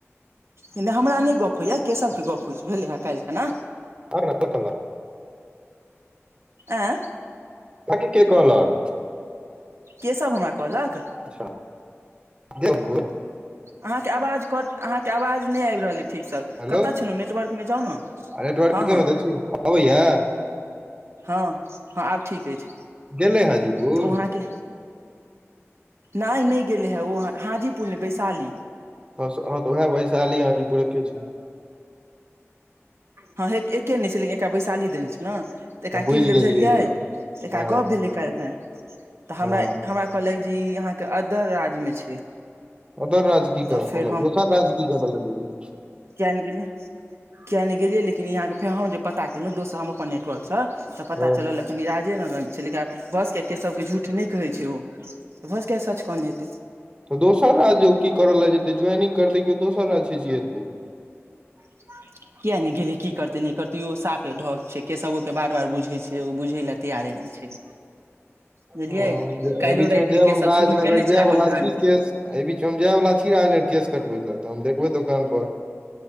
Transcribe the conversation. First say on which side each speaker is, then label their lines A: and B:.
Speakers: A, on the right; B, on the right.
A: नहि हमरा नहि गप्प होइए केशव के गप्प होइ भेलै हेँ काल्हि खना
B: अहाँके के कहलक
A: आँ
B: बाकी क कहलक
A: केशव हमरा कहलक
B: अच्छा जरपुर
A: अहाँके आवाज कट अहाँके आवाज नहि आबि रहल अइ ठीक स
B: हेलो
A: कतय छलहु नेटवर्कमे जाउ न
B: नेटवर्के
A: हँ हँ
B: मे तऽ छी अबैया
A: हँ हँ आब ठीक अछि
B: गेलै हाजीपुर
A: तऽ वहाँके नहि नहि गेलै हे ओ हाजीपुर नहि वैशाली
B: ह तऽ उएह वैशाली हाजी पुर एके छै
A: हँ एके नहि छै लेकिन एकरा बैशाली देने छै ने तऽ एकरा
B: हँ बुझि
A: की भेलै
B: गेलियै
A: बुझलियै तऽ एकरा
B: हँ
A: गप भेलै कालहि तऽ हमरा
B: हँ
A: हमरा कहलक जे ई अहाँके अदर राज्य मे छै
B: अदर राज्य की
A: तऽ
B: कर
A: फेर
B: परल दोसर राज्य की कर लेगेलिए
A: केन गेल लिय कियाक नहि गेलियै लेकिन यहाँके फेर हम जे पता केलहुँ दोसर हम अपन नेटवर्कसँ तऽ पता
B: हँ
A: चलल कखनि राजेनगरमे छै लेकिन आब भऽसक के सबके झूठ नहि कहै छै ओ तऽ भऽस क सच कन हेतै
B: दोसर राज्य की करय लग जेतै ज्वाइनिंग करतै केओ दोसर राज्य छै जीतै
A: ह <unintelligible> किया नहि गेलै की करते नहि करते साफे ढक छै केसो के बार बार बुझे छै ओ बुझे ला तैयारे ने छै बुझलियै
B: ह
A: काल्हिो
B: बीच
A: रातिमे
B: मे जायब
A: केशव
B: हम राजनगर
A: शुरू केने
B: जाय
A: छलै अपन
B: बला
A: कहानी
B: छी एहि बीच हम जाय वाला छी राजनगर केश कटबै लऽ तऽ हम देखबै दोकान पर